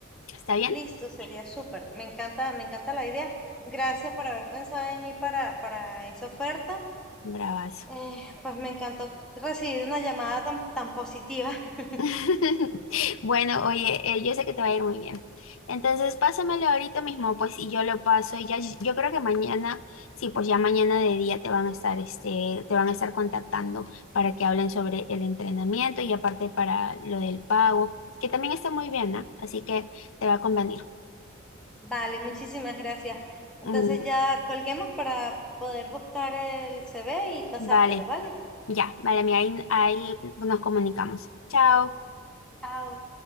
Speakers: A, on the left (about 75°); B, in the centre.
A: ¿Está bien?
B: Listo, sería súper. Me encanta, me encanta la idea. Gracias por haber pensado en mí para, para esa oferta.
A: Bravazo.
B: Eh, pues me encantó recibir una llamada tan, tan positiva. <laughs>
A: <laughs> Bueno, oye, eh, yo sé que te va a ir muy bien. Entonces, pásamelo ahorita mismo, pues, y yo lo paso y ya, yo creo que mañana, sí, pues ya mañana de día te van a estar, este, te van a estar contactando para que hablen sobre el entrenamiento y aparte para lo del pago, que también está muy bien, ¿no? Así que te va a convenir.
B: Vale, muchísimas gracias. Entonces
A: Mm,
B: ya colguemos para poder buscar el CV y pasártelo,
A: vale,
B: ¿vale?
A: ya, vale, mira, ahí,
B: Listo,
A: ahí nos comunicamos. Chao.
B: chao.